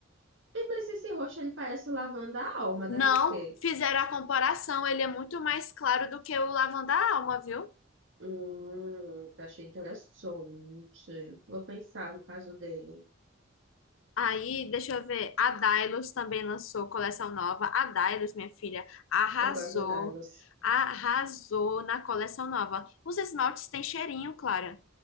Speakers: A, on the right; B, on the left.
A: E, Mas esse roxo, ele parece o lavanda alma da
B: Não,
A: Risqué.
B: fizeram a comparação, ele é muito mais claro do que o lavanda alma, viu?
A: Hum, tá achei interessante. Vou pensar no caso dele.
B: Aí, deixa eu ver. A Dailos também lançou coleção nova. A Dailos, minha filha, arrasou.
A: Eu gosto da Dinos.
B: Arrasou na coleção nova. Os esmaltes têm cheirinho, Clara.